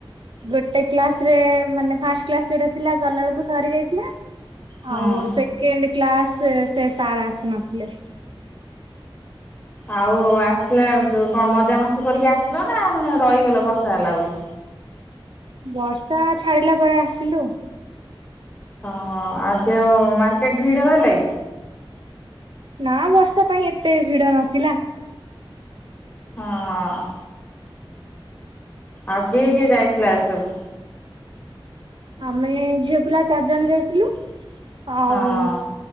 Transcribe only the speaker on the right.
ଗୋଟେ କ୍ଲାସରେ ମାନେ ଫାଷ୍ଟ କ୍ଲାକ୍ସ ଯୋଉଟା ଥିଲା ଗଲାଏଳ କୁ ସରି ଯାଇଥିଲା।
ଆଉ ସେକେଣ୍ଡ କ୍ଲାସ ସେ ସାର୍ ଆସି ନଥିଲେ।
ବର୍ଷା ଛାଡିଲା ପରେ ଆସିଲୁ।
ନା ବସ୍ତା ପାଇଁ ଏତେ ଭିଡ ନଥିଲା।
ଆମେ ଝିଅ ପିଲା ଚାରି ଜଣ ଯାଇଥିଲୁ ଆଉ